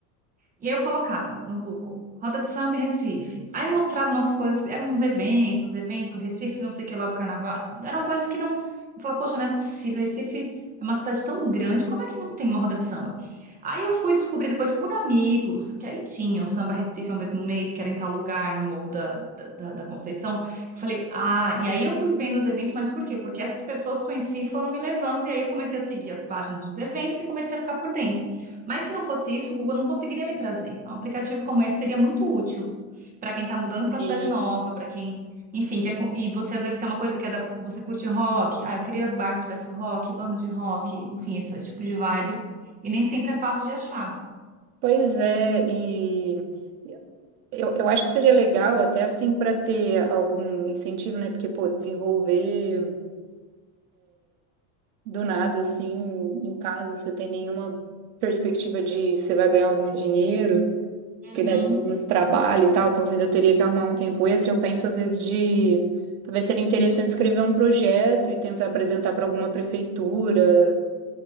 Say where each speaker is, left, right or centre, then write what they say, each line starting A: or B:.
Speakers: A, on the right (about 20°); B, on the right (about 75°).
A: E aí eu colocava no Google, roda de samba em Recife. Aí mostrava umas coisas, eram uns eventos, eventos, Recife, não sei o que lá do carnaval. Eram coisas que não. Eu falava, poxa, não é possível, Recife é uma cidade tão grande, como é que não tem uma roda de samba? Aí eu fui descobrir depois por amigos, que aí tinha o Samba Recife uma vez no mês, que era em tal lugar, no Morro da, da, da- da Conceição. Falei, ah, e aí eu fui vendo os eventos, mas por quê? Porque essas pessoas conheciam e foram me levando, e aí eu comecei a seguir as páginas dos eventos e comecei a ficar por dentro. Mas se não fosse isso, o Google não conseguiria me trazer. Então, um aplicativo como esse seria muito útil para quem está mudando para uma cidade
B: E,
A: nova, para quem, enfim, quer, co- e você às vezes quer uma coisa que é da- você curte rock, ah, eu queria bar que tivesse rock, banda de rock, enfim, esse tipo de vibe. E nem sempre é fácil de achar.
B: pois é, e eu, eu acho que seria legal até, assim, para ter algum incentivo, né? Porque, pô, desenvolver. do nada, assim, em casa, você tem nenhuma perspectiva de você vai ganhar algum dinheiro,
A: Uhum,
B: porque, né, todo mundo trabalha e tal, então você ainda teria que arrumar um tempo extra. Eu penso, às vezes, de. Talvez seria interessante escrever um projeto e tentar apresentar para alguma prefeitura.